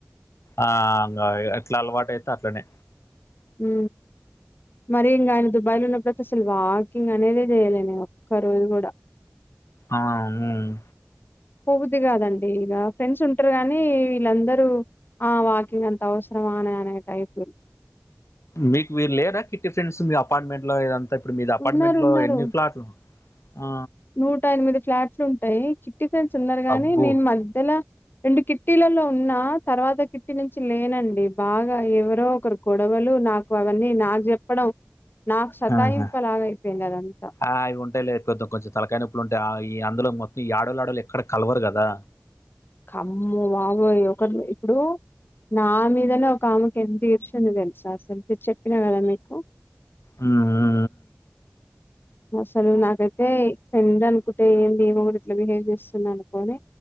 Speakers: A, on the left; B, on the left.
A: ఆ అంగా ఎట్ల అలవాటు అయితే అట్లనే.
B: హ్ మరి ఇంగ ఆయన దుబాయ్ల ఉన్నప్పుడుతే అసలు వాకింగ్ అనేదే చేయలే నేను ఒక్క రోజు కూడా.
A: ఆ అవున్.
B: పోబుద్ది కాదండి ఇగ ఫ్రెండ్స్ ఉంటర్రు గానీ వీళ్ళందరూ ఆ వాకింగ్ అంత అవసరమానే అనే టైప్.
A: మీకు వీరు లేరా కిట్టి ఫ్రెండ్స్ మీ అపార్ట్మెంట్లో ఇదం ఇప్పుడు మీది అపార్ట్మెంట్
B: ఉన్నారు
A: లో
B: ఉన్నారు
A: ఎన్ని ఫ్లాట్లు ఆ
B: నూట ఎనిమిది ఫ్లాట్లు ఉంటాయ్ చిట్టి ఫ్రెండ్స్ ఉన్నారు గానీ
A: అబ్బో!
B: నేను మద్దెలా రెండు కిట్టీలలో ఉన్నా తర్వాత కిట్టి నుంచి లేనండి బాగా ఎవ ర్దో ఒకరు గొడవలు నాకు అవన్నీ నాక్ జెప్పడం నాకు సతాయింపు
A: ఆహా!
B: లాగైపోయింది అదంతా
A: ఆ అవి ఉంటాయ్ లే కొద్ కొంచెం తలకాయ నొప్పులుంటాయ్ ఆ ఈ అందులో మొత్తం ఈ ఆడోళ్లు ఆడోళ్లు ఎక్కడ కల్వరు కదా?
B: కమ్ము వాబోయ్ ఒకర్ ఇప్పుడు నా మీదనే ఒక ఆమెకు ఎంత ఏడ్చింది తెల్సా అసలు చెప్పినా కదా మీకు
A: ఉమ్ ఊ
B: అసలు నాకైతే ఫ్రెండ్ అనుకుంటే ఏంది ఈమె కూడా ఇట్లా బిహేవ్ చేస్తుంది అనుకోని